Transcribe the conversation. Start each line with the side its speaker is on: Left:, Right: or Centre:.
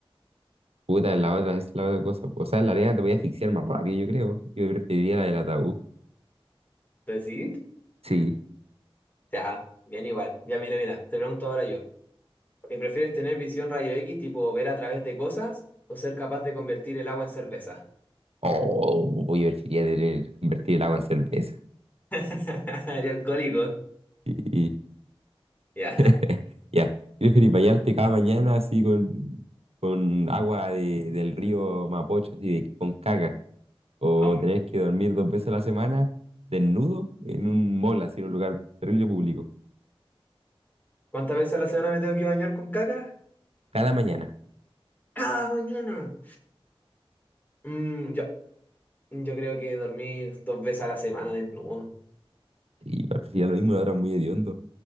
Right: puta, la otra es la otra cosa. O sea, en la arena te voy a asfixiar más rápido, yo creo. Yo preferiría la del ataúd.
Left: ¿Pero sí?
Right: Sí.
Left: Ya, bien igual. Ya mira, mira, te pregunto ahora yo. ¿Y prefieres tener visión rayo X, tipo ver a través de cosas, o ser capaz de convertir el agua en cerveza?
Right: O oh, yo preferiría tener, convertir el agua en cerveza.
Left: <laughs> Eres alcohólico.
Right: Y, y-
Left: Ya.
Right: <laughs> ya, ¿prefieres bañarte cada mañana así con, con agua de- del río Mapocho, así de- con caca? ¿O
Left: No.
Right: tener que dormir dos veces a la semana desnudo en un mall, así en un lugar terrible público?
Left: ¿Cuántas veces a la semana me tengo que bañar con caca?
Right: Cada mañana.
Left: Cada mañana. Mm, yo, yo creo que dormir dos veces a la semana desnudo.
Right: Y prefiero lo mismo, lo otro es muy hediondo.